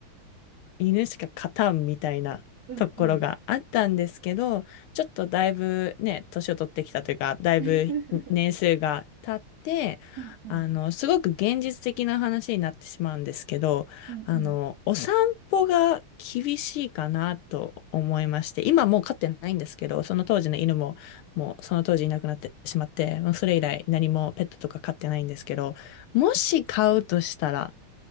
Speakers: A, on the left; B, on the right.
A: 犬しか勝たんみたいなところがあったんですけど、
B: うんうん。
A: ちょっとだいぶね、年を取ってきたというか、だいぶ年数が経って、
B: <laughs> うんうん。
A: あの、すごく現実的な話になってしまうんですけど、
B: うんうん。
A: あの、お散歩が厳しいかなと思いまして、今もう飼ってないんですけど、その当時の犬も、もうその当時いなくなってしまって、もうそれ以来何もペットとか飼ってないんですけど、もし飼うとしたら、